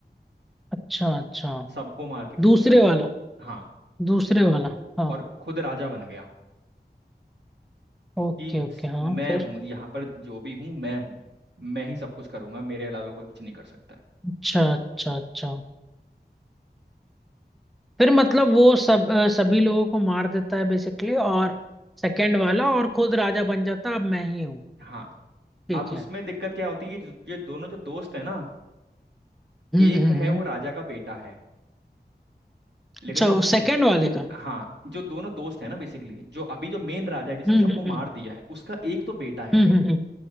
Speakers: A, in the centre; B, on the right.
A: अच्छा अच्छा
B: सबको मार के खत्म
A: दूसरे
B: कर दिया
A: वाला
B: हाँ
A: दूसरे वाला हाँ
B: और खुद राजा बन गया
A: ओके
B: कि
A: ओके
B: स-
A: हाँ
B: मैं
A: फिर
B: हूँ यहाँ पर जो भी हूँ मैं हूँ मैं ही सब कुछ करूंगा मेरे अलावा कोई कुछ नहीं कर सकता
A: अच्छा अच्छा अच्छा फिर मतलब वो सब अ, सभी लोगों को मार देता है बेसिकली और सेकंड वाला और खुद राजा बन जाता अब मैं ही हूँ
B: हाँ
A: ठीक
B: अब उसमें
A: है
B: दिक्कत क्या होती है ये जो- ये दोनों जो दोस्त है ना
A: हम्म
B: एक
A: हम्म हम्म।
B: है वो राजा का बेटा है लेकिन
A: अच्छा
B: जो
A: वो सेकंड वाले का
B: हाँ जो दोनों दोस्त है ना बेसिकली जो अभी जो मेन राजा है जिसने
A: हम्म
B: सबको
A: हम्म
B: मार
A: हम्म
B: दिया है उसका एक तो बेटा है
A: हम्म
B: मेन
A: हम्म, हम्म।